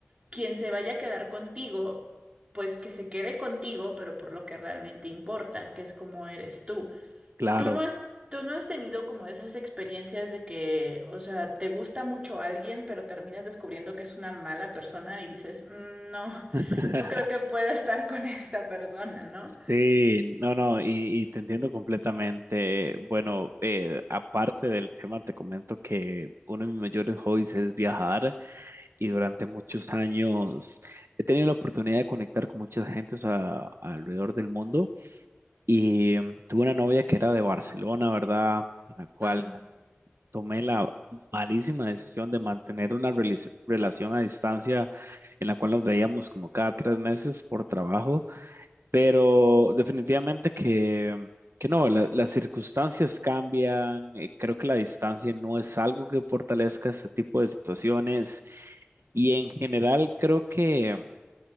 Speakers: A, on the right; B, on the right.
A: quien se vaya a quedar contigo, pues que se quede contigo, pero por lo que realmente importa, que es cómo eres tú.
B: Claro.
A: Tú no has, tú no has tenido como esas experiencias de que, o sea, te gusta mucho alguien, pero terminas descubriendo que es una mala persona y dices, "Mm, no,
B: <laughs>
A: <laughs> no creo que pueda estar con esta persona, ¿no?
B: Sí, no, no, y, y te entiendo completamente. Bueno, eh, aparte del tema, te comento que uno de mis mayores hobbies es viajar. y durante muchos años he tenido la oportunidad de conectar con muchas gentes a- alrededor del mundo y em, tuve una novia que era de Barcelona, ¿verdad? En la cual
A: Mm,
B: tomé la malísima decisión de mantener una relis- relación a distancia en la cual nos veíamos como cada tres meses por trabajo pero definitivamente que, que no, la- las circunstancias cambian, eh, creo que la distancia no es algo que fortalezca este tipo de situaciones y en general creo que